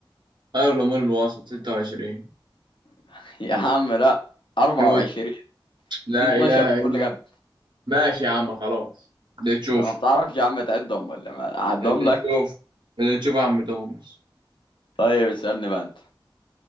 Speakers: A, on the right; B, on the left.
A: خير الأمور الوسط 26
B: <laughs> يا عم لا 24
A: ميوت لا
B: في 12
A: إله
B: في كل
A: إلا
B: جنب
A: ماشي يا عم خلاص اللي تشوف
B: انت ما بتعرفش يا عم تعدهم ولا ما اعدهم
A: اللي
B: لك
A: تشوف اللي تشوف يا عم توماس
B: طيب اسألني بقى انت